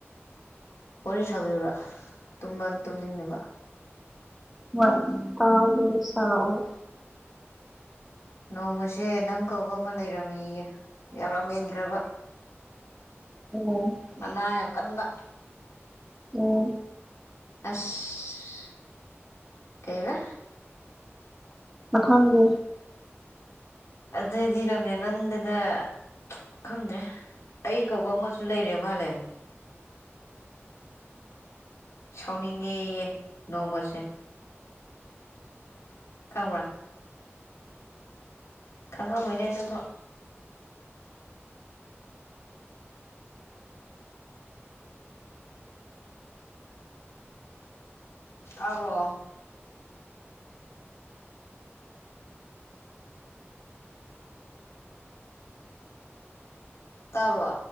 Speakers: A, on the left; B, in the centre.
A: ꯋꯥꯔꯤ ꯁꯥꯕꯤꯌꯨꯔꯥ ꯇꯨꯝꯕ ꯇꯨꯝꯅꯤꯡꯅꯕ
B: ꯍꯣꯏ ꯇꯥꯒꯦ ꯁꯥꯔꯛꯑꯣ
A: ꯅꯣꯡꯃꯁꯦ ꯅꯪ ꯀꯧꯕ ꯑꯃ ꯂꯩꯔꯝꯃꯤꯌꯦ ꯌꯥꯝꯔꯝ ꯍꯦꯟꯈ꯭ꯔꯕ
B: ꯎꯝ
A: ꯃꯅꯥ ꯌꯥꯝ ꯀꯟꯕ
B: ꯎꯝ
A: ꯑꯁ ꯀꯩꯕ
B: ꯃꯈꯪꯗꯤ
A: ꯑꯗꯨꯏꯗꯤ ꯂꯝ ꯍꯦꯟꯃꯟꯗꯅ ꯈꯪꯗ꯭ꯔꯦ ꯑꯩ ꯀꯧꯕ ꯑꯃꯁꯨ ꯂꯩꯔꯦ ꯃꯥꯜꯂꯦ ꯁꯥꯎꯅꯤꯡꯉꯦꯌꯦ ꯅꯣꯡꯃꯁꯦ ꯈꯪꯕ꯭ꯔꯥ ꯈꯪꯉꯝꯃꯣꯏꯅꯦ ꯑꯗꯨꯐꯥꯎ ꯇꯥꯕ꯭ꯔꯣ ꯇꯥꯕ꯭ꯔꯣ